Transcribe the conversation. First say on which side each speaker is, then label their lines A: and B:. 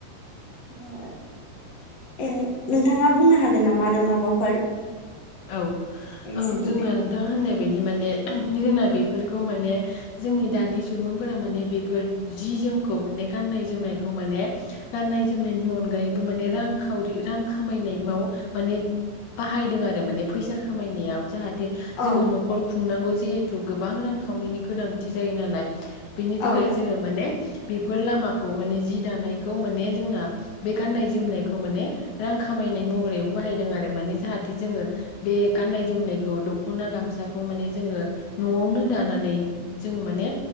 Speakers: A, on the left; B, on the left.
A: <inaudible> ए नोंथाङा बुंनो हागोन नामा आरो माबाफोर?
B: औ
A: बेनि
B: औ
A: सोमोन्दै?
B: जोंना नोंथाङा होननाय बायदि माने जोंना बेफोरखौ माने जोंनि दानि सुबुंफोरा माने बेफोर जि जोमखौ माने गाननाय जोमनायखौ माने गाननाय जोमनायनि अनगायैबो माने रांखावरि रां खामायनायबाव माने बाहायदों आरो माने फैसा खामायनायाव जाहा थे
A: औ
B: जोङो न'खर खुंनांगौ जेहे थ' गोबां रांखावरिनि गोनांथि जायो नालाय बेनि
A: औ
B: थाखाय जोङो माने बेफोर लामाखौ माने जि दानायखौ माने जोंना बे गाननाय जोमनायखौ माने रां खामायनाय महरैबो बाहायदों आरो माने जाहाथे जोङो बे गाननाय जोमनायखौ दख'ना गामसाखौ माने जोङो न'आवनो दानानै जोङो माने